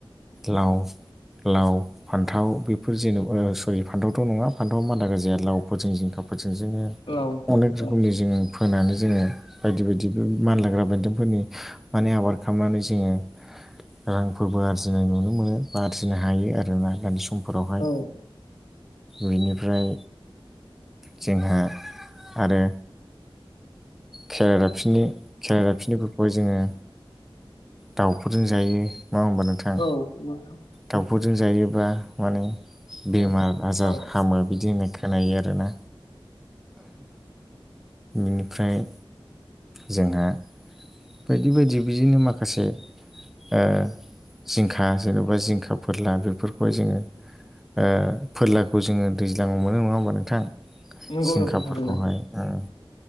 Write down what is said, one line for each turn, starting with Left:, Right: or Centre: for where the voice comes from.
Centre: लाव लाव फान्थाव बेफोर जेन'बा ओ सरि फान्थावथ' नङा फान्थाव मानदा गाजाया लाव फोरजों जिंखाफोरजों जोङो
Left: औ
Centre: अनेक रोखोमनि
Left: औ
Centre: जोङो फोनानै जोङो बायदि बायदिबो मानलाग्रा बेनदोंफोरनि माने आबाद खामनानै जोङो रांफोरबो आरजिनाय नुनो मोनो बा आरजिनो हायो आरो ना दानि समाव समफोरावहाय
Left: औ
Centre: बिनिफ्राय जोंहा आरो खेरा दाफिनि खेरा दाफिनिफोरखौहाय जोङो दाउफोरजों जायो नङा होमबा नोंथां?
Left: औ नोंथां
Centre: दाउफोरजों जायोब्ला माने बेमार आजार
Left: औ
Centre: हामो बिदि होननाय खोनायो आरोना इनिफ्राय जोंहा बायदि बायदि बिदिनो माखासे ओ जिंखा जेन'बा जिंखा फोरला बेफोरखौहाय जोङो ओ फोरलाखौ जोङो दैज्लाङाव मोनो नङा होमबा नोंथां?
Left: नंगौ
Centre: जिंखाफोरखौहाय
Left: नोंथां थारैनो
Centre: उम